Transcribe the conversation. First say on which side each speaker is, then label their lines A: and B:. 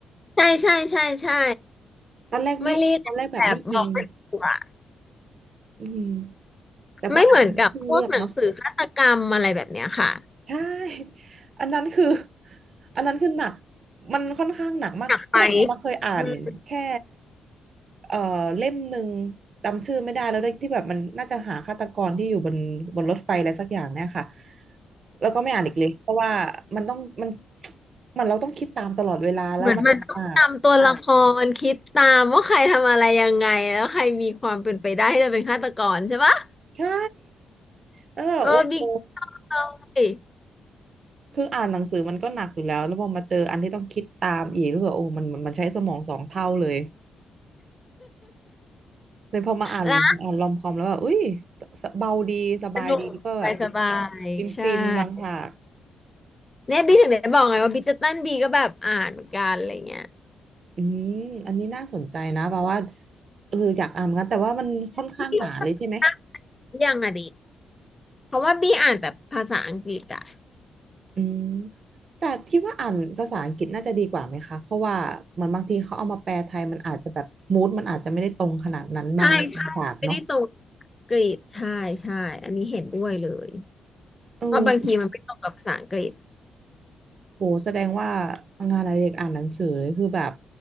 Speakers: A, on the left; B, on the right.
A: ใช่ใช่ใช่ใช่
B: ตอนแรกไม่ตอนแรกแบบไม่อิน
A: มารีแลกซ์แบบบอกไม่ถูกอะ
B: อืมแต่พออ่านไปก็ขึ้นเลือกเนาะ
A: ไม่เหมือนกับพวกหนังสือฆาตกรรมอะไรแบบเนี้ยค่ะ
B: ใช่ อันนั้นคือ อันนั้นคือหนักมันค่อนข้างหนักมากก็แบบมาเคยอ่านแค่
A: อยากไปอืม
B: เอ่อเล่มหนึ่งจำชื่อไม่ได้แล้วด้วยที่แบบมันน่าจะหาฆาตกรที่อยู่บนบนรถไฟอะไรสักอย่างเนี่ยค่ะแล้วก็ไม่อ่านอีกเลยเพราะว่ามันต้องมันมันเราต้องคิดตามตลอดเวลาแล้วมันหนัก
A: เหมือนมันต้องตามตัวละครคิดตามว่าใครทำอะไรยังไงแล้วใครมีความเป็นไปได้ที่จะเป็นฆาตกรใช่ปะ
B: ใช่แล้วแบบโอ้โห
A: เออบิ๊กเลย
B: คืออ่านหนังสือมันก็หนักอยู่แล้วแล้วพอมาเจออันที่ต้องคิดตามอีกรู้สึกว่าโอ้มันมันใช้สมองสองเท่าเลย เลยพอมาอ่านอ่านรอมคอมแล้วแบบอุ้ย
A: แล้ว
B: สเบาดีสบายดีแล้วก็แบบ
A: สนุกสบายสบายใช่
B: ฟินฟินบางฉาก
A: เนี่ยบิ๊กถึงได้บอกไงว่าบิ๊กจะตั้นบีก็แบบอ่านเหมือนกันอะไรเงี้ย
B: อืมอันนี้น่าสนใจนะเพราะว่าเอออยากอ่านเหมือนกันแต่ว่ามันค่อนข้างหนาเลยใช่ไหม
A: นี่ยกยังอะดิเพราะว่าบีอ่านแบบภาษาอังกฤษอ่ะ
B: อืมแต่คิดว่าอ่านภาษาอังกฤษน่าจะดีกว่าไหมคะเพราะว่าเหมือนบางทีเขาเอามาแปลไทยมันอาจจะแบบมูดมันอาจจะไม่ได้ตรงขนาดนั้นบางเรื่องบางฉากเนาะ
A: ใช่ใช่ไม่ได้ตรงอังกฤษใช่ใช่อันนี้เห็นด้วยเลย
B: เออ
A: ว่าบางทีมันไม่ตรงกับภาษาอังกฤษ
B: โหแสดงว่างานอดิเรกอ่านหนังสือเลยคือแบบ